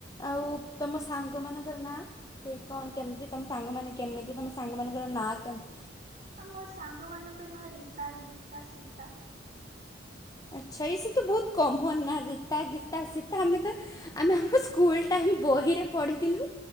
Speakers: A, on the left (about 20°); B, on the right (about 40°).
A: ଆଉ ତମ ସାଙ୍ଗ ମାନଙ୍କର ନାଁ କେ କଣ କେମିତି ତମ ସାଙ୍ଗମାନେ କେ କେମିତି ତମ ସାଙ୍ଗ ମାନଙ୍କର ନାଁ କେମ
B: ଆ ମୋ ସାଙ୍ଗ ମାନଙ୍କ ନାଁ ରୀତା, ଗୀତା, ସୀତା।
A: ଆଚ୍ଛା ଏଇ ସବୁ ତ ବହୁତ କମନ ନା ରୀତା, ଗୀତା, ସୀତା ଆମେ ତ ଆମେ ଆମ ସ୍କୁଲ ଟା ହୁଁ ବହିରେ ପଢ଼ିଥିଲୁ।